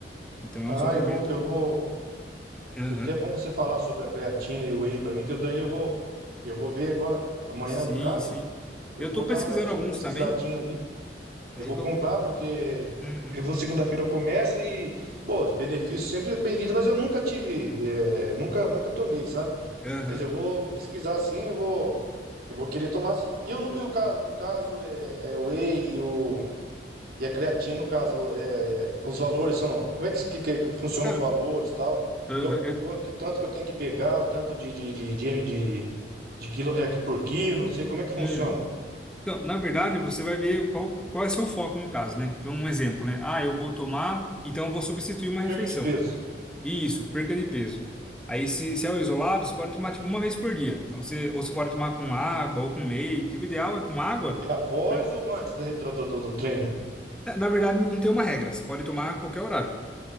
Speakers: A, in the centre; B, on the right.
A: Então é
B: ah,
A: um suplemento.
B: eu vou, eu vou.
A: Aham.
B: Foi até bom você falar sobre a creatina e o whey para mim, que eu daí eu vou, eu vou ver agora, amanhã
A: Sim,
B: no caso,
A: sim.
B: eu
A: Eu
B: vou
A: tô
B: dar
A: pesquisando
B: uma olhadinha,
A: alguns
B: uma pesquisadinha
A: também.
B: ali,
A: Aí
B: e vou
A: que
B: comprar
A: eu...
B: porque
A: Uhum.
B: eu vou segunda-feira eu começo e, bom, os benefícios sempre bem-vindos, mas eu nunca tive, eh, nunca, nunca tomei, sabe?
A: Aham.
B: Mas eu vou, vou pesquisar sim, eu vou, eu vou querer tomar sim. E eu no, e o caso, no caso é, é o whey e o E a creatina, no caso, é, é, os valores são. Como é que, que, que- que funciona
A: Cara,
B: os valores e tal?
A: aham,
B: Que, eu- co-
A: eu-
B: co- que tanto que eu tenho que pegar, o tanto de, de, de, de, de- de quilo é, por quilo, não sei como é que funciona.
A: uhum. Então, na verdade, você vai ver qual, qual é seu foco no caso, né? Então, um exemplo, né? Ah, eu vou tomar, então eu vou substituir uma refeição.
B: Perca de peso.
A: Isso, perca de peso. Aí, se, se é o isolado, você pode tomar tipo uma vez por dia. Então, você, ou você pode tomar com água ou com leite. O ideal é com água.
B: É após
A: porque-
B: ou antes da- do, do, do, do treino?
A: Na, na verdade, não tem uma regra. Você pode tomar a qualquer horário.